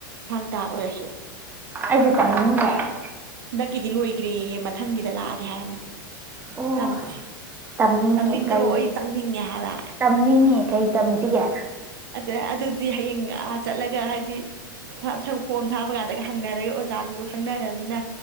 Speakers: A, on the right; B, on the right.
A: ꯊꯥꯡ ꯇꯥ ꯑꯣꯏꯔꯁꯨ
B: ꯑꯁꯨ ꯇꯝꯅꯤꯡ ꯉꯏꯅꯦ
A: ꯀꯤꯗꯤ ꯂꯣꯏꯈ꯭ꯔꯦꯑꯦ ꯃꯊꯪꯒꯤꯗ ꯂꯥꯛꯑꯒꯦ ꯌꯥꯏ ꯍꯥꯏꯔꯃꯗꯤ
B: ꯑꯣ
A: ꯇꯝꯁꯤ
B: ꯇꯝꯅꯤꯡꯉꯦ
A: ꯇꯝꯅꯤꯡꯗ꯭ꯔꯣ
B: ꯀꯩ
A: ꯑꯩ ꯇꯝꯅꯤꯡꯉꯦ ꯍꯥꯏꯕ
B: ꯇꯝꯅꯤꯡꯉꯦ ꯀꯩ ꯇꯝꯁꯤꯒꯦ
A: ꯑꯗꯨꯗ ꯑꯗꯨꯗꯤ ꯍꯌꯦꯡ ꯑꯥ ꯆꯠꯂꯒ ꯍꯥꯏꯗꯤ ꯁꯪ ꯐꯣꯝ ꯊꯥꯕ ꯀꯥꯟꯗꯒ ꯍꯪꯅꯔꯒ ꯑꯣꯖꯥꯗꯨꯁꯨ ꯈꯪꯅꯔꯕꯅꯤꯅ